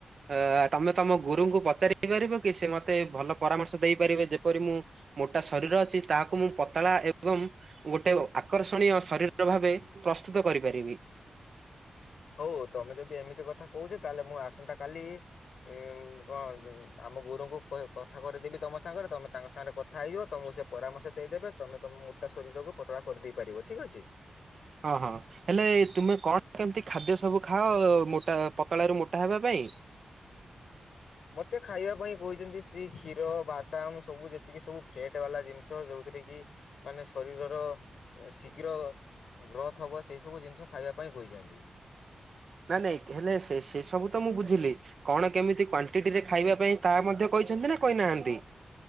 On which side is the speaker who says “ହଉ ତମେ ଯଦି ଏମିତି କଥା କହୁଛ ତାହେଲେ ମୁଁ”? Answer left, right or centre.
Left